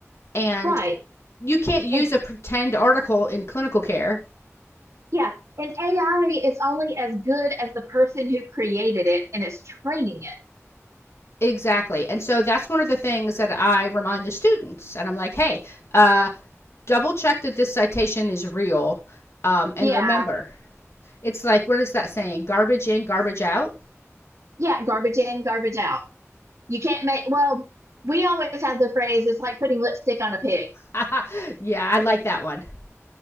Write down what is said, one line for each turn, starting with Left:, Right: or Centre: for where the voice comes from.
Left: and
Right: Right.
Left: you can't use
Right: And
Left: a pretend article in clinical care.
Right: Yeah, and AI is only as good as the person who created it and is training it.
Left: Exactly, and so that's one of the things that I remind the students, and I'm like, hey, uh, double check that this citation is real, um, and
Right: Yeah,
Left: remember, it's like what is that saying? Garbage in, garbage out.
Right: yeah, garbage in, garbage out. You can't make, well, we always have the phrase, it's like putting lipstick on a pig.
Left: <laughs> yeah, I like that one.